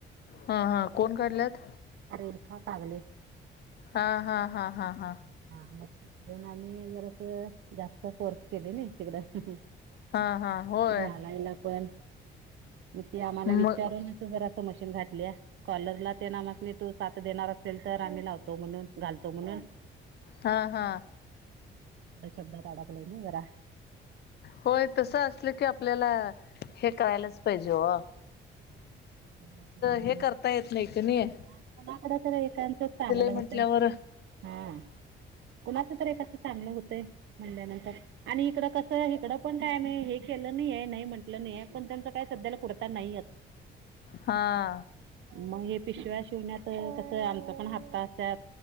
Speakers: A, on the left (about 55°); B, on the right (about 70°).
A: हा हा कोण काढल्यात
B: रेखा कागले.
A: हा, हा, हा, हा, हा.
B: हा म तेन आम्ही जरस. जास्त फोर्स केली नाही तिकड.
A: हा हा होय
B: घालायला पण. म ते आम्हाला
A: मग
B: विचारून घरांच मशीन घातल् या. कॉलरला ते आम्हासनी तू साथ देणार असेल तर. आम्ही लावतो म्हणून. घालतो म्हणून.
A: हा. हा.
B: शब्दात अडकलाय ना. जरा.
A: होय तस असलं की, आपल्याला हे करायलाच पाहिजे ओ.
B: हला ते बघून
A: हे करता
B: घेऊ.
A: येत नाही त नाही ये.
B: कोणाकड तर, एकचच चांगलं
A: म्हटल्यावर
B: होतय. हा. कुणाचं तरी एकाचं चांगलं होतय म्हणल्यानंतर. आणि इकडं कसं आहे. इकडं पण काय आम्ही हे केलं नाहीये. नाही म्हटलं नाहीेये. पण त्यांच काय. सध्याला कुरता नाहीयेत.
A: हा.
B: मग हे पिशव्या शिवण्यात तस. आमचा पण हप्ता असत्यात.